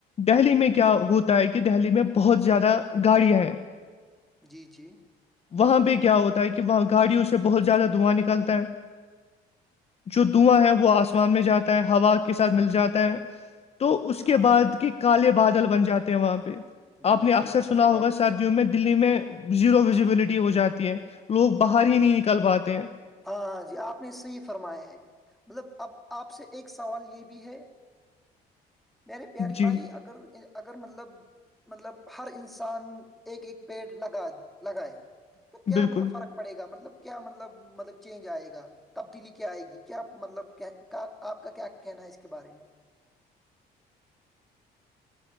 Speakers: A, on the left; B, in the centre.
A: دہلی
B: ہ
A: میں کیا ہوتا ہے کہ دہلی میں بہت زیادہ گاڑیاں ہیں
B: جی جی
A: وہاں پہ کیا ہوتا ہے کہ وہاں گاڑیوں سے بہت زیادہ دھواں نکلتا ہے جو
B: ہ
A: دھواں ہیں وہ آسمان میں جاتا ہے ہوا کے ساتھ مل جاتا ہے تو اس
B: ہاں
A: کے بعد کے کالے بادل بن جاتے ہیں وہاں پہ
B: جی
A: آپ نے
B: جی
A: اکثر سنا
B: ارے
A: ہوگا
B: بھائی
A: سر میں دلی میں زیرو وزبلٹی ہو جاتی ہے لوگ باہر ہی نہیں نکل پاتے ہیں
B: ہاں ہاں جی آپ نے صحیح فرمایا ہے مطلب اب آپ سے ایک سوال یہ بھی ہے
A: <inaudible>
B: میرے پیارے
A: جی
B: بھائی اگر اگر مطلب مطلب ہر انسان ایک ایک پیڑ لگا لگائے تو کیا
A: بالکل
B: مطلب فرق پڑے گا مطلب کیا مطلب مطلب چینج آئے گا تبدیلی کیا آئے گی کیا مطلب آپ کا کیا کہنا ہے اس کے بارے میں